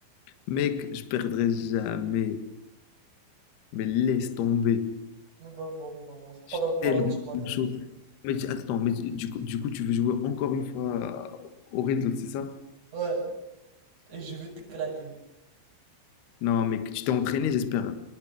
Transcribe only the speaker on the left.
Mec, je perdrai jamais. Mais laisse tomber.
Je
suis
tellement
chaud. Mais tu- attends, mais du coup, du coup, tu veux jouer encore une fois au riddle, c'est ça?
Non, mais que tu t'es entraîné, j'espère.